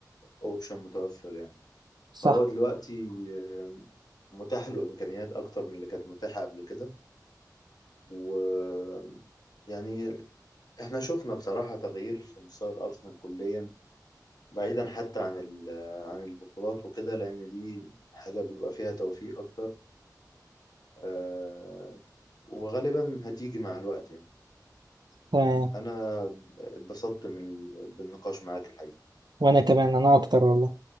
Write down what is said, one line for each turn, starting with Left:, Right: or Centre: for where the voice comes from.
Left: اوبشن متوفر يعني
Right: صح
Left: فهو دلوقتي آه، متاح له امكانيات اكتر من اللي كانت متاحة قبل كده و آه، يعني احنا شفنا بصراحة تغيير في مستوى الأرسنال كليا بعيدا حتى عن ال- عن البطولات وكده لأن دي حاجة بيبقى فيها توفيق أكتر آه، وغالبا هتيجي مع الوقت يعني
Right: تمام
Left: أنا اتبسطت من ال- بالنقاش معاك الحقيقة
Right: وانا كمان انا اكتر والله